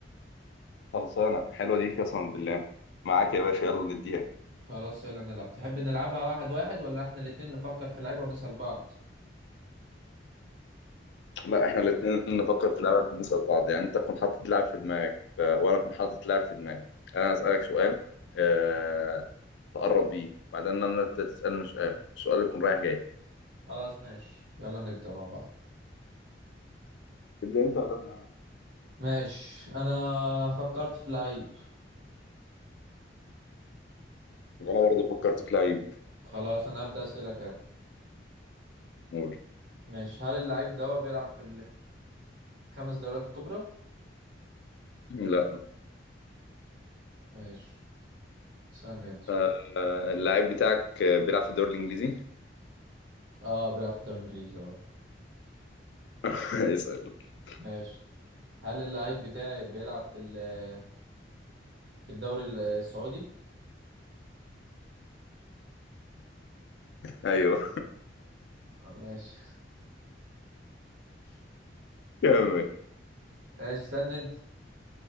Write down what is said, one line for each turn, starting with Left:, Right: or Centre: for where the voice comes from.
Left: خلصانة حلوة دي قسما بالله معاك يا باشا يلا نديها
Right: خلاص يلا نلعب تحب نلعبها واحد واحد ولا احنا الاتنين نفكر في اللعيبة ونسأل بعض
Left: لا احنا الاتنين نفكر في لعبة نسأل بعض يعني انت تكون حاطط لعب في دماغك ف... وانا اكون حاطط لعب في دماغي انا هسألك سؤال أه... تقرب بيه بعدين انا انت تسألني سؤال السؤال يكون رايح جاي
Right: خلاص ماشي يلا نبدأ مع بعض
Left: تبدأ انت ولا ابدأ انا؟
Right: ماشي انا فكرت في لعيب
Left: وانا برضه فكرت في لعيب
Right: خلاص انا هبدأ اسألك انا
Left: قول
Right: ماشي هل اللعيب ده بيلعب في الخمس دوريات الكبرى
Left: لا
Right: ماشي استنى انت
Left: أه... آه، اللعيب بتاعك آه، بيلعب في الدوري الانجليزي
Right: اه بيلعب في الدوري الانجليزي اه
Left: <laughs> اسأل <laughs>
Right: ماشي هل اللعيب بتاعي بيلعب في ال- في الدوري ال- السعودي
Left: ايوه
Right: ماشي
Left: <laughs> كمل
Right: ماشي استنى انت